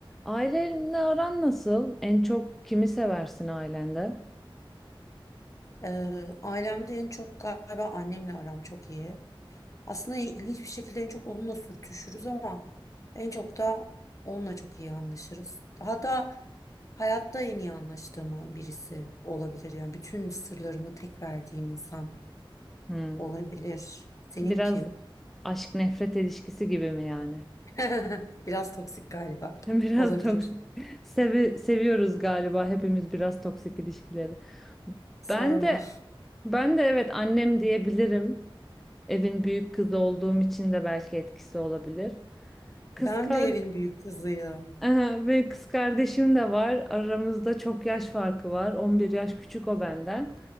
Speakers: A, in the centre; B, on the left.
A: Ailenle aran nasıl? En çok kimi seversin ailende?
B: Ee, ailemde en çok galiba annemle aram çok iyi. Aslında ilginç bir şekilde en çok onunla sürtüşürüz ama en çok da onunla çok iyi anlaşırız. Hatta hayatta en iyi anlaştığım birisi olabilir. Yani bütün sırlarımı tek verdiğim insan
A: Hmm.
B: olabilir. Senin
A: Biraz
B: kim?
A: aşk nefret ilişkisi gibi mi yani?
B: <laughs> Biraz toksik galiba.
A: <laughs> Biraz
B: Olabilir.
A: toksik. Sevi- seviyoruz galiba hepimiz biraz toksik ilişkileri.
B: Sorma.
A: Ben de ben de evet annem diyebilirim. Evin büyük kızı olduğum için de belki etkisi olabilir. Kız
B: Ben
A: kar
B: de evin büyük kızıyım.
A: Aha, Ve kız kardeşim de var. Aramızda çok yaş farkı var. 11 yaş küçük o benden.